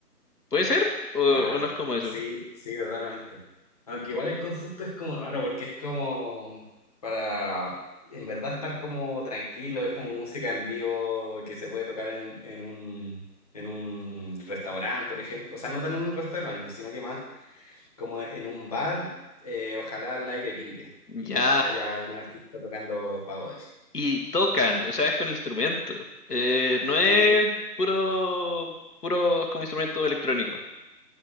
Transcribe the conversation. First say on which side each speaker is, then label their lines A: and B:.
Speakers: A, on the left (about 75°); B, on the left (about 25°).
A: ¿Puede ser? ¿O,
B: Claro,
A: o no es como eso?
B: sí, sí, totalmente. Aunque igual el concepto es como raro, porque es como para en verdad estar como tranquilo, es como música en vivo que se puede tocar en, en un, en un restaurante, por ejemplo. O sea, no tan en un restaurante, sino que más como en un bar, eh, ojalá al aire libre, y
A: Ya.
B: que haya algún artista tocando pagode.
A: Y tocan, o sea, es con instrumento. Eh, no es
B: Sí,
A: puro, puro como instrumento electrónico.